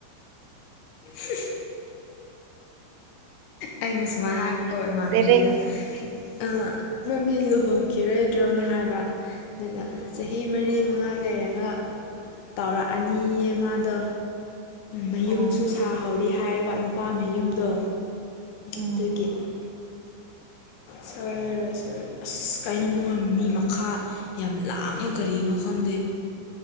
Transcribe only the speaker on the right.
ꯗꯥꯏꯔꯦꯛ
ꯎꯝ
ꯑꯣ
ꯎꯝ